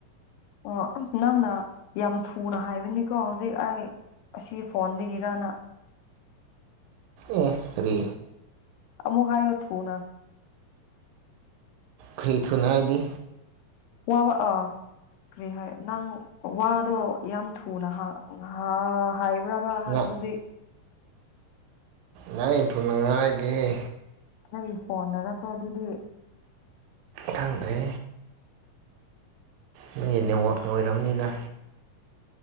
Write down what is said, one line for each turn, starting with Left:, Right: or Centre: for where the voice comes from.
Left: ꯑꯣ ꯑꯁ ꯅꯪꯅ ꯌꯥꯝ ꯊꯨꯅ ꯍꯥꯏꯕꯅꯤꯀꯣ ꯍꯧꯖꯤꯛ ꯑꯩ ꯑꯁꯤ ꯐꯣꯟꯗꯒꯤꯔꯅꯥ
Right: ꯑꯦ ꯔꯤ
Left: ꯑꯃꯨꯛ ꯍꯥꯏꯌꯣ ꯊꯨꯅ
Right: ꯈ꯭ꯔꯤ ꯊꯨꯅ ꯍꯥꯏꯗꯤ
Left: ꯋꯥꯕ ꯑꯥ ꯀ꯭ꯔꯤ ꯍꯥꯏ ꯅꯪ ꯋꯥꯗꯣ ꯌꯥꯝ ꯊꯨꯅ ꯍ ꯍꯥ ꯍꯥꯏꯕ꯭ꯔꯕ ꯍ
Right: ꯉꯥ
Left: ꯍꯧꯖꯤꯛ
Right: ꯂꯩ ꯊꯨꯅ ꯉꯥꯏꯗꯦꯍꯦ
Left: ꯑꯩ ꯐꯣꯟꯅꯔꯛꯀꯣ ꯑꯗꯨꯗꯤ
Right: ꯈꯪꯗ꯭ꯔꯦ ꯅꯣꯏꯒꯤ ꯅꯦꯠꯋꯥꯛꯅ ꯑꯣꯏꯔꯝꯅꯤꯗ